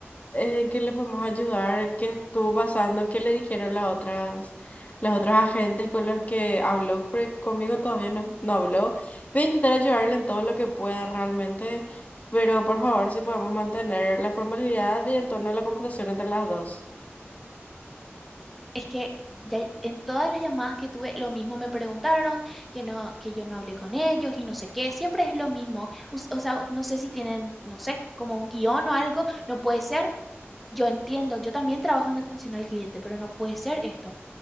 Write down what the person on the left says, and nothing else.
eh, ¿qué le podemos ayudar? ¿Qué estuvo pasando? ¿Qué le dijeron las otras, las otras agentes con los que habló? Porque conmigo todavía no, no habló. Voy a intentar ayudarle en todo lo que pueda realmente, pero por favor, si podemos mantener la formalidad y el tono de la conversación entre las dos.